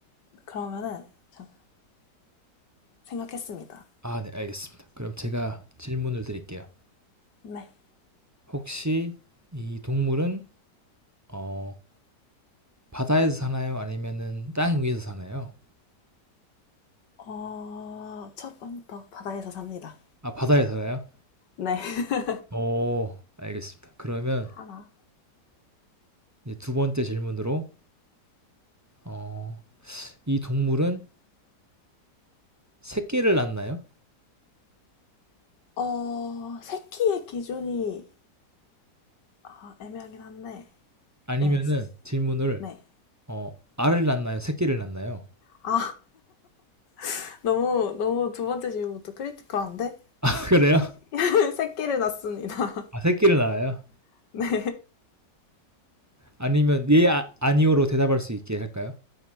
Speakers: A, on the left; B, on the right.
A: 그러면은, 참, 생각했습니다.
B: 아, 네, 알겠습니다. 그럼 제가 질문을 드릴게요.
A: 네.
B: 혹시 이 동물은 어, 바다에서 사나요? 아니면은 땅 위에서 사나요?
A: 어, 첫 번부터 바다에서 삽니다.
B: 아, 바다에 살아요?
A: 네. <laughs>
B: 오, 알겠습니다. 그러면
A: 하나.
B: 이제 두 번째 질문으로 어, 이 동물은 새끼를 낳나요?
A: 어, 새끼의 기준이, 아, 애매하긴 한데,
B: 아니면은
A: 예,
B: 질문을
A: 네.
B: 어, 알을 낳나요? 새끼를 낳나요?
A: 아, <laughs> 너무, 너무 두 번째 질문부터 크리티컬한데?
B: <laughs> 그래요?
A: 새, <laughs> 새끼를 낳습니다.
B: 아, 새끼를 낳아요?
A: <laughs> 네.
B: 아니면 예 아, 아니오로 대답할 수 있게 할까요?